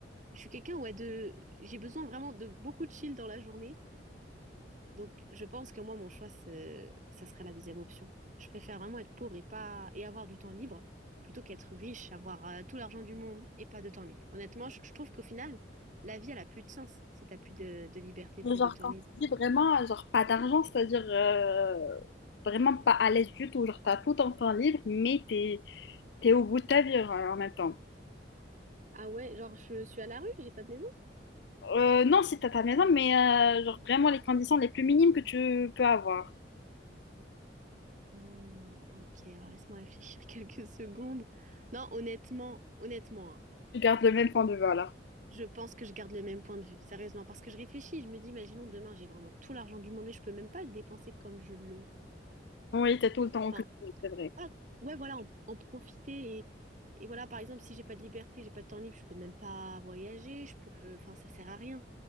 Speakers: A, on the right; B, on the left.
A: je suis quelqu'un, ouais, de... J'ai besoin vraiment de beaucoup de chill dans la journée. Donc, je pense que moi, mon choix, c'est- ça sera la deuxième option. Je préfère vraiment être pauvre et pas... et avoir du temps libre plutôt qu'être riche, avoir euh, tout l'argent du monde et pas de temps libre. Honnêtement, je, je trouve qu'au final, la vie, elle a plus de sens si t'as plus de, de liberté,
B: Genre,
A: plus de temps
B: quand
A: libre.
B: tu dis vraiment, genre, pas d'argent, c'est-à-dire euh, vraiment pas à l'aise du tout. Genre, t'as tout ton temps libre, mais t'es, t'es au bout de ta vie euh, en même temps.
A: Ah ouais, genre, je suis à la rue, j'ai pas de maison?
B: Euh, non, si t'as ta maison, mais euh, genre, vraiment les conditions les plus minimes que tu peux avoir.
A: Hmm, ok, alors laisse-moi réfléchir <laughs> quelques secondes. Non, honnêtement, honnêtement, hein,
B: Tu gardes le même point de vue, alors.
A: Je pense que je garde le même point de vue, sérieusement, parce que je réfléchis, je me dis, imaginons demain, j'ai vraiment tout l'argent du monde, mais je peux même pas le dépenser comme je le...
B: Oui, t'es tout le temps occupé,
A: Enfin,
B: c'est vrai.
A: voilà, ouais, voilà, en, en profiter et, et voilà, par exemple, si j'ai pas de liberté, j'ai pas de temps libre, je peux même pas voyager, je peux... Enfin, ça sert à rien.